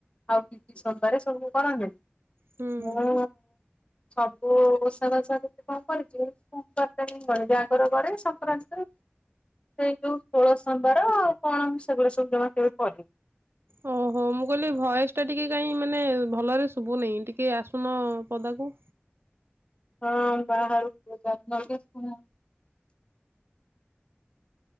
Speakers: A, on the left; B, on the right.
A: ଆଉ କିଛି ସମ୍ବାରେ ସବୁ କରନ୍ତେ।
B: ହୁଁ।
A: ମୁଁ ସବୁ ଓଷା <unintelligible> କେତେ କଣ କରିବି। ସୋମବାରଟା ହିଁ କରେ ଜାଗର କରେ ସଂକ୍ରାନ୍ତି ତ ସେଇ ଯୋଉ ଷୋହଳ ସୋମବାର ଆଉ କଣ ସେଗୁଡା ସବୁ ଜମା କେବେ କରିନି।
B: ଓହୋ ମୁଁ କହିଲି ଭୟସ୍ ଟା ଟିକେ କାଇ ମାନେ ଭଲରେ ଶୁଭୁ ନାହିଁ ଟିକେ ଆସୁନ ପଦାକୁ।
A: ହଁ ବାହାରୁ ପଦାକୁ <inaudible>